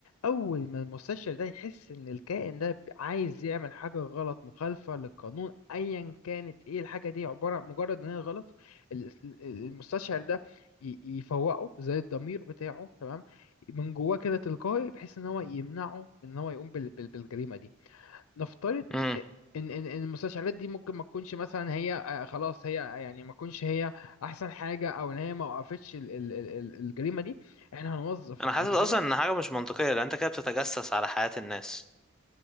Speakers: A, on the left; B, in the centre.
A: اول ما المستشعر ده يحس ان الكائن ده عايز يعمل حاجه غلط مخالفه للقانون ايا كانت ايه الحاجه دي عباره مجرد ان هي غلط ال- ال- المستشعر ده ي- يفوقه زي الضمير بتاعه تمام من جواه كده تلقائي بحيث ان هو يمنعه من ان هو يقوم بال- بال- بالجريمه دي نفترض
B: امم
A: ان ان إن المستشعرات دي ممكن ما تكونش مثلا هي آه، خلاص هي آه، يعني ما تكونش هي احسن حاجه او ان هي ما وقفتش ال- ال- ال- ال- الجريمه دي احنا هنوظف
B: انا
A: عندنا
B: حاسس اصلا ان حاجه مش منطقيه لان انت كده بتتجسس على حياه الناس